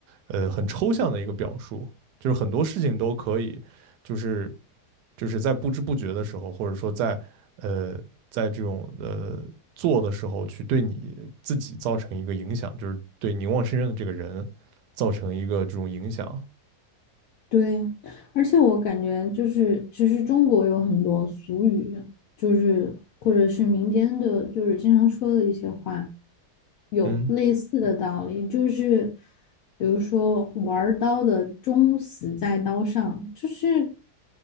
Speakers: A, on the right; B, on the left.
A: 呃很抽象的一个表述，就是很多事情都可以，就是就是在不知不觉的时候，或者说在呃在这种呃做的时候去对你自己造成一个影响，就是对凝望深渊的这个人造成一个这种影响。
B: 对，而且我感觉就是其实中国有很多俗语，就是或者是民间的，就是经常说的一些话。有类似的道理，
A: 嗯
B: 就是比如说玩刀的终死在刀上，就是